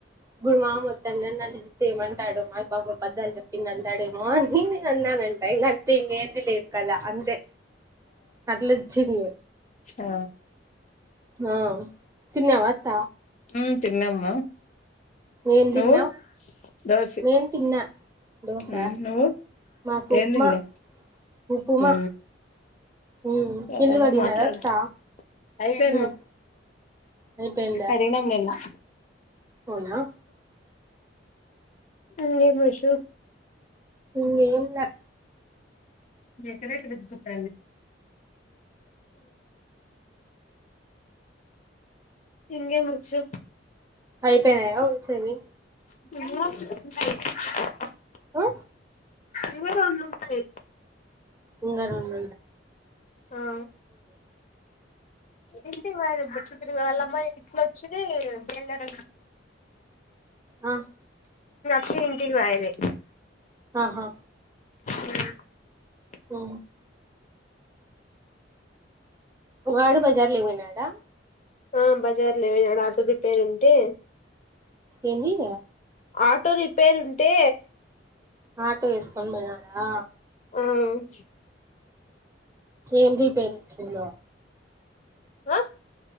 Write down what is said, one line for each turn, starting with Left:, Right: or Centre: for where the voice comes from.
Right: ఇప్డు మా అన్న చెప్తే ఏమంటాడు మా బాబు పద్దాలు చెప్పింది అంటాడేమో అని నేను అన్నానంట ఇకంతే ఇంేది లేదు కదా అంతే అట్లుొచ్చింది
Left: ఆ
Right: ఆ తిన్నావా అత్త
Left: ఉ తిన్నమ్మ
Right: ఏం
Left: నువ్వు
Right: తిన్నావు
Left: దోస
Right: నేను తిన్నా దోశ
Left: ఆ నువ్వు
Right: మాకు
Left: ఏందిన్ల్
Right: ఉప్మా ఉప్మా
Left: ఉ
Right: ఉమ్
Left: సరే
Right: ఇల్లు
Left: అమ్మ
Right: కడిగినారా
Left: మాట్లాడ
Right: అత్తా
Left: అయిపో
Right: ఉమ్ అయిపోయిందా
Left: కడిగ నమ్లేనా
Right: అవునా
Left: అ ఏంషు
Right: ఏంగేంలే
Left: ఎక్కడక్కడ చుట్ట ఇంకేం ముర్చు
Right: అయిపోయినాయా చేరి
Left: <unintelligible>
Right: ఆ
Left: ఇ అన్నాయి
Right: ఉంగారు ఉ
Left: ఆ ఇంటి వా ఇరు వాళ్ళమ్మా ఇట్లో వచ్చిది వల్ళర
Right: ఆ
Left: క్షి ఇంటికియది
Right: ఆహా
Left: ఆ
Right: హ వాడు బజార్ లో వోయినాడా
Left: ఆ బజార్ లోమనాడు అ తది పేరు ఉంటే
Right: ఏీంవి
Left: ఆటో రిపేర్ ఉంటే
Right: ఆటో వేసుకొని పోయినడా
Left: ఆ
Right: ఏం రిపేరోచ్చిందొ
Left: ఆ